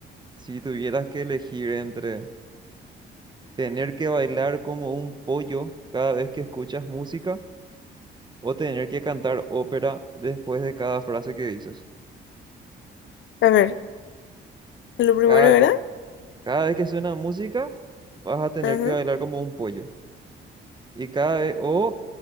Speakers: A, on the right; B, on the left.
A: Si tuvieras que elegir entre tener que bailar como un pollo cada vez que escuchas música o tener que cantar ópera después de cada frase que dices.
B: A ver, lo primero
A: Cada,
B: era,
A: cada vez que suena música, vas a tener
B: ajá,
A: que bailar como un pollo. Y cada vez, o,